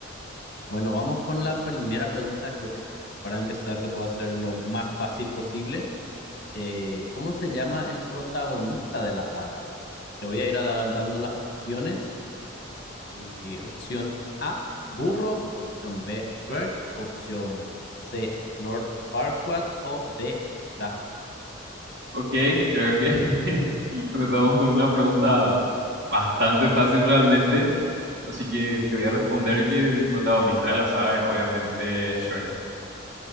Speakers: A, on the left; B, on the right.
A: Bueno, vamos con la primera pregunta. Creo que para empezar te puedo hacer lo más fácil posible. Eh, ¿cómo se llama el protagonista de la saga? Te voy a ir a dar- dando las opciones Eh, opción A, burro. Opción B, Shrek. Opción C, Lord Farquaad. O D, gato.
B: Ok, creo que <laughs> empezamos con una pregunta bastante fácil realmente. Así que te voy a responder que el protagonista de la saga es obviamente Shrek.